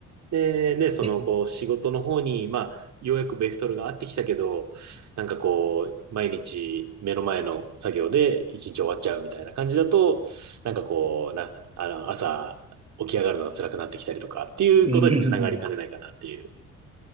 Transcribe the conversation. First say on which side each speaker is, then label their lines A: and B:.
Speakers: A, on the right; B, on the right.
A: で、ね、その、
B: いや
A: こう、仕事の方に、まあ、ようやくベクトルが合ってきたけど、なんかこう、毎日目の前の作業で一日終わっちゃうみたいな感じだと、なんかこう、な、あの、朝起き上がるのが辛くなってきたりとかっていうことにつながりかねないかなっていう。
B: うんうんうん